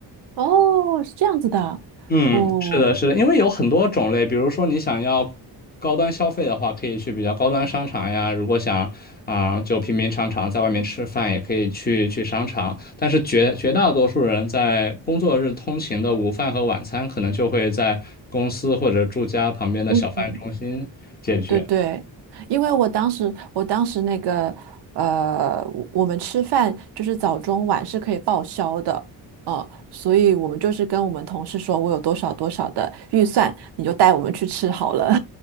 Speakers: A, on the right; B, on the left.
A: 哦，是这样子的，
B: 嗯，
A: 哦，
B: 是的，是的，因为有很多种类，比如说你想要高端消费的话，可以去比较高端商场呀；如果想啊、就平平常常在外面吃饭，也可以去去商场。但是绝绝大多数人在工作日通勤的午饭和晚餐，可能就会在公司或者住家旁边的小贩中心解决。
A: 嗯。对对，因为我当时我当时那个呃，我我们吃饭就是早中晚是可以报销的，呃，所以我们就是跟我们同事说，我有多少多少的预算，你就带我们去吃好了。